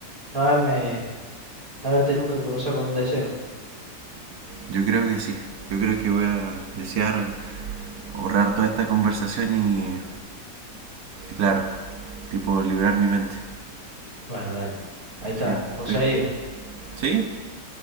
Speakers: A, on the right; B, on the right.
A: no haberme, no haberte nunca cruzado con un deseo?
B: Yo creo que sí. Yo creo que voy a desear ahorrar toda esta conversación y, y claro, tipo liberar mi mente.
A: Bueno, dale. Ahí está,
B: Sí, estoy-
A: conseguido.
B: ¿Sí?